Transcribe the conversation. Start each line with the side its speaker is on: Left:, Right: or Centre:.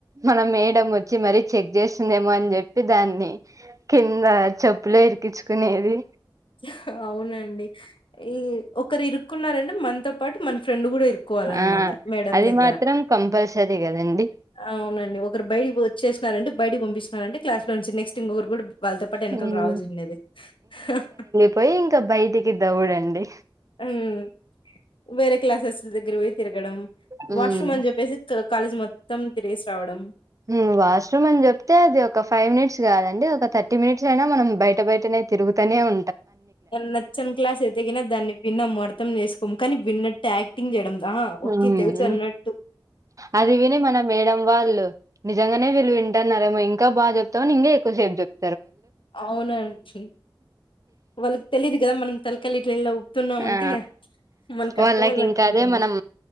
Right: మనం మేడమ్ వచ్చి మరీ చెక్ జె <unintelligible> దేమో అని జెప్పి దాన్ని కింద చెప్పులో ఇరికిచుకునేది
Left: హ అవునండి ఈ ఒకరు ఇరుక్కున్నారంటే మనతో పాటు మన ఫ్రెండ్ గుడా ఇరు కోవాలన్మాట
Right: ఆ
Left: మేడం
Right: అది
Left: దగ్గర
Right: మాత్రం కంపల్సరీ కదండి
Left: అవునండి ఒకరు బయడికి వచ్చేసినారండి బయటకి పంపిస్తున్నారంటే క్లాస్ లో ఉంచి నెక్స్ట్ ఇంకొకరు కూడా వాళ్ళతో పాటు వెనకలు
Right: హ్మ్
Left: రావాల్సిండేది <unintelligible>
Right: పోయి ఇంక బయటికి దౌడండి
Left: హ్మ్ వేరే క్లాసెస్ దగ్గర పోయి తిరగడం
Right: హ్మ్
Left: వాష్రూమ్ అని చెప్పేసి క కాలేజ్ మొత్తం తిరిగిేసి రావడం
Right: హ్మ్ వాష్రూమ్ అని జెప్తే అది ఒక ఫైవ్ మినిట్స్ గాదండి ఒక థర్టీ మినిట్స్ అయినా మనం బయట బయట నే తిరుగుతనే ఉ
Left: నచ్చని క్లాస్ అయితే గిన దాన్ని వినం అర్థం చేసుకోము కానీ విన్నట్టు యాక్టింగ్ జెయడం ఆ ఓకే
Right: హ్మ్
Left: తెల్చాన్నటు
Right: అది విని మన మేడం వాళ్ళు, నిజంగానే వీళ్ళు వింటన్నారేమో ఇంకా బాజేప్ తావున్ ఇగా ఎక్కవ సేబ్ జేప్
Left: అవునండి. వాళ్ళకి తెలిదు కదా మనం తలకలు ఇట్లు ఇలా ఊప్పుతున్నామంటే
Right: ఆ
Left: మనకు
Right: వాళ్ళకి
Left: అర్ధమైంది అనుకుంటున్నారు.
Right: ఇంకా అదే మనం